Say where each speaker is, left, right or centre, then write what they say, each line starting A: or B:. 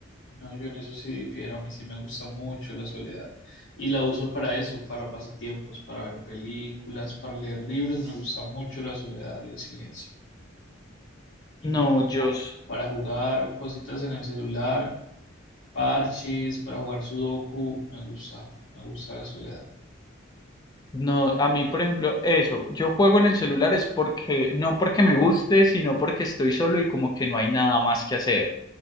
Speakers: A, on the left; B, on the left.
A: No, yo en eso sí difiero, a mí sí me gusta mucho la soledad y la uso para eso, para pasatiempos, para ver películas, para leer libros, me gusta mucho la soledad y el silencio, incluso
B: No, yo,
A: como
B: s-
A: para jugar cositas en el celular, parches, para jugar sudoku, me gusta, me gusta la soledad.
B: no, a mí, por ejemplo, eso, yo juego en el celular es porque, no porque me guste, sino porque estoy solo y como que no hay nada más que hacer.